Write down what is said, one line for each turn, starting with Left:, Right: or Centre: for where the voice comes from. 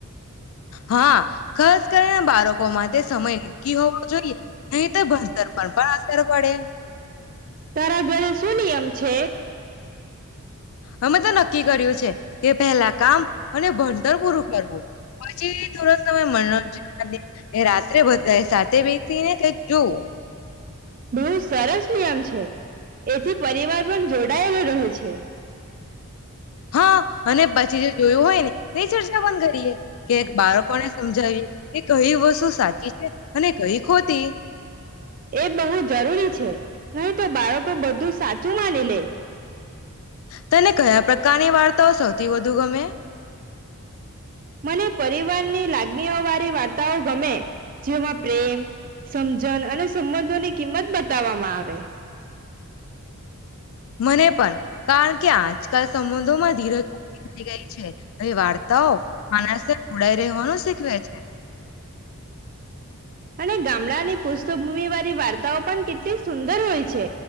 Left: હા, ખાસ કરીને બાળકો માટે સમય નક્કી હોવો જોઈએ, નહી તો ભણતર પર પણ અસર પડે.
Right: તારા ઘરે શું નિયમ છે.
Left: અમે તો નક્કી કર્યું છે, કે પહેલા કામ અને ભણતર પૂરું કરવું, પછી થોડો સમય મનોરંજન રાત્રે બધા સાથે બેસીને કઈક જોવું.
Right: બહુ સરસ નિયમ છે એથી પરિવાર પણ જોડાયેલો રહે છે.
Left: હા અને પછી જો જોયું હોય ને એ ન કરીએ કે બાળકોને સમજાવીએ કે કઈ વસ્તુ સાચી છે અને કઈ ખોટી
Right: એ બહુ જરૂરી છે, હું તો બાળકો બધું <unintelligible>
Left: તને કયા પ્રકારની વાર્તાઓ સૌથી વધુ ગમે.
Right: મને પરિવારની લાગણીઓ વાળી વાર્તા તાઓ ગમે. જેમાં પ્રેમ સમજન અને સંબંધોની કિંમત બતાવવામાં આવે.
Left: મને પણ કારણ કે આજકાલ સંબંધોમાં ધીરજ ઓી થઈ ગઈ છે એ વાર્તાઓ માણસને જોડાઈ રહેવાનું શીખવે છે.
Right: અને ગામડાની પુષ્ઠભૂમિ વાળી વાર્તાઓ પણ કેટલી સુંદર હોય છે